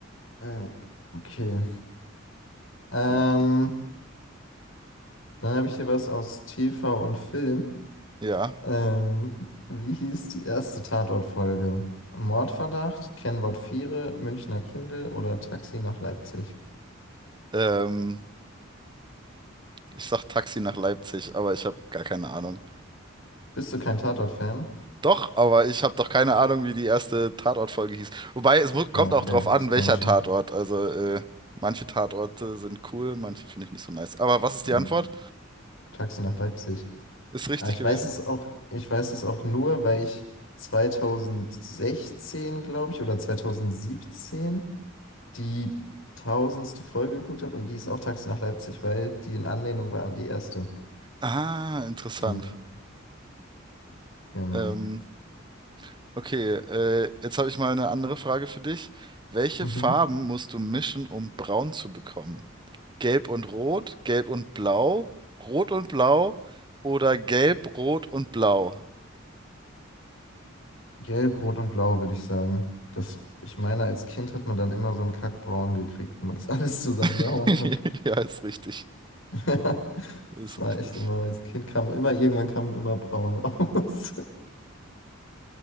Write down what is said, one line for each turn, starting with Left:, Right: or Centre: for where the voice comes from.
Left: Hm, Okay. Ähm,
Right: ja,
Left: dann habe ich hier was aus TV und Film.
Right: ja.
Left: Ähm, wie hieß die erste Tatort-Folge? Mordverdacht, Kennwort Viere, Münchner Kindel oder Taxi nach Leipzig?
Right: Ähm, ich sag Taxi nach Leipzig, aber ich habe gar keine Ahnung.
Left: Bist du kein Tatort-Fan?
Right: Doch, aber ich habe doch keine Ahnung, wie die erste Tatort-Folge hieß. Wobei, es mu- kommt
Left: Ah, okay,
Right: auch drauf an,
Left: das kann
Right: welcher
Left: man schon.
Right: Tatort. Also, äh, manche Tatorte sind cool, manche finde ich nicht so nice. Aber was ist die
Left: Hm.
Right: Antwort?
Left: Taxi nach Leipzig.
Right: Ist richtig
Left: Aber ich
Right: gewesen?
Left: weiß es auch, ich weiß es auch nur, weil ich 2016, glaube ich, oder 2017 die tausendste Folge geguckt habe und die ist auch Taxi nach Leipzig, weil die in Anlehnung war an die erste.
Right: Ah, interessant.
Left: Mhm. Genau.
Right: Ähm, okay, äh, jetzt habe ich mal eine andere Frage für dich. Welche
Left: Mhm.
Right: Farben musst du mischen, um braun zu bekommen? Gelb und Rot, Gelb und Blau, Rot und Blau oder Gelb, Rot und Blau.
Left: Gelb, Rot und Blau, würde ich sagen. Das, ich meine, als Kind hat man dann immer so einen Kackbraun gekriegt, wenn man das <laughs> alles zusammengehauen
Right: <laughs>
Left: hat.
Right: Ja, ist richtig.
Left: <laughs> Das
Right: Ist
Left: war
Right: richtig.
Left: echt immer, als Kind kam immer, irgendwann kam immer braun raus. <laughs>